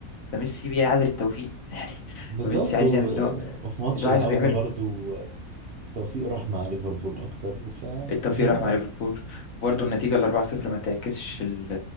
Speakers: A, on the left; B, on the right.
A: فميسي بيعادل التوفيق <laughs> يعني
B: بالظبط
A: فميسي عايز
B: و-
A: يعمل اللي هو
B: وفي ماتش
A: اللي هو
B: العودة
A: عايزه بيعمله
B: برضو التوفيق راح مع ليفربول أكتر فهي
A: التوفيق راح مع ليفربول وبرضه النتيجه ال 4-0 ما تعكسش ال-